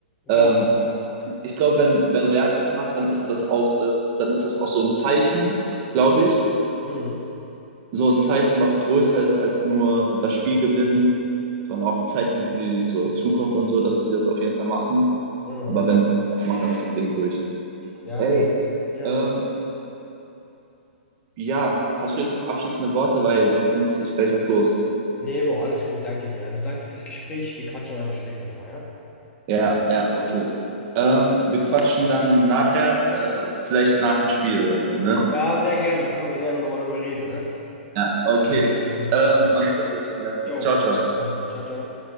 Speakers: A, on the right (about 40°); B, on the left (about 20°).
A: ähm,
B: Glaube ich auch.
A: ich glaube, wenn, wenn Real das macht, dann ist das auch das, dann ist das auch so ein Zeichen, glaube ich.
B: Mhm.
A: So ein Zeichen, was größer ist als nur das Spiel gewinnen, sondern auch ein Zeichen für die so Zukunft und so, dass sie das auf jeden Fall machen.
B: Mhm.
A: Aber wenn das macht, dann ist das Ding durch.
B: Ja,
A: Ey,
B: du hast. Ja.
A: ähm, ja, hast du jetzt noch abschließende Worte, weil sonst müsste ich gleich auch los.
B: Ne, Bro, alles gut, danke dir. Also danke fürs Gespräch. Wir quatschen einfach später nochmal, ja?
A: Ja, ja, okay. Ähm, wir quatschen dann nachher, äh, vielleicht nach dem Spiel oder so, ne?
B: Ja, sehr gerne. Dann können wir gerne nochmal drüber reden, ne?
A: Ja, okay.
B: Alles klar, dann
A: Ähm,
B: hören wir uns.
A: man hört sich. Man hört sich.
B: Jo,
A: Ciao,
B: mach's
A: ciao.
B: gut, mach's gut. Ciao, ciao.